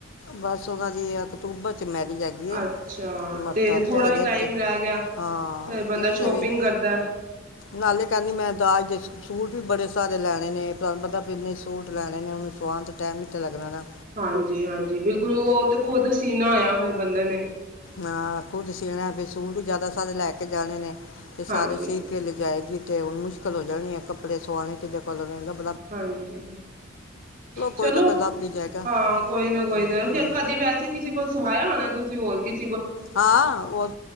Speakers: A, on the left; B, on the right.
A: ਬਸ ਉਹਨਾਂ ਦੀ ਅਕਤੂਬਰ ਚ ਮੈਰਿਜ ਹੈਗੀ ਹੈ
B: ਅੱਛਾ
A: ਮਤ
B: ਥੋੜ੍ਹਾ
A: ਤੇ ਹਜੇ
B: ਹੀ ਟਾਈਮ
A: ਤੇ
B: ਰਹਿ ਗਿਆ
A: ਹਾਂ
B: ਫਿਰ ਬੰਦਾ
A: ਤੇ
B: ਸ਼ੋਪਿੰਗ
A: ਨੇ ਵੀ
B: ਕਰਦਾ
A: ਨਾਲੇ ਕਹਿੰਦੀ ਮੈਂ ਦਾਜ ਦੇ ਸੂਟ ਵੀ ਬੜੇ ਸਾਰੇ ਲੈਣੇ ਤੁਹਾਨੂੰ ਪਤਾ ਕਿਨੇ ਸੂਟ ਲੈਣੇ ਨੇ ਉਹਨੂੰ ਸੁਆਉਨ ਟੈਮ <unintelligible>
B: ਹਾਂਜੀ ਹਾਂਜੀ ਬਿਲਕੁਲ ਉਹ ਤੇ ਖੁਦ ਸੀਨਾ ਹੋਇਆ ਫਿਰ ਬੰਦੇ ਨੇ
A: ਹਾਂ ਖੁੱਦ ਸਿਣਾ ਫ ਸੂਟ ਵੀ ਜ਼ਿਆਦਾ ਸਾਰੇ ਲੈ ਕੇ ਜਾਣੇ ਨੇ ਤੇ ਸਾਰੇ
B: ਹਾਂਜੀ
A: ਸੀ ਕੇ ਲੈ ਜਾਏਗੀ ਅਤੇ ਹੁਣ ਮੁਸ਼ਕਿਲ ਹੋ ਜਾਣੀ ਹੈੱਪੜੇ ਸਆਣੇ ਕਿੇ ਕੋਲ ਲ
B: ਹਾਂਜੀ ਚਲੋ
A: ਕੋਈ ਨਾ ਕੋਈ ਲੱਭ ਹੀ ਜਾਏਗਾ
B: ਹਾਂ ਕੋਈ ਨਾ ਕੋਈ
A: ਤੇ ਹਾਂ।
B: ਕਦੇ ਵੈਸੇ ਕਿਸੇ ਕੋਲ ਸਵਾਇਆ ਹੋਣਾ ਤੁਸੀਂ ਹੋਲ ਕਿਸ
A: ਹਾਂ ਉਹ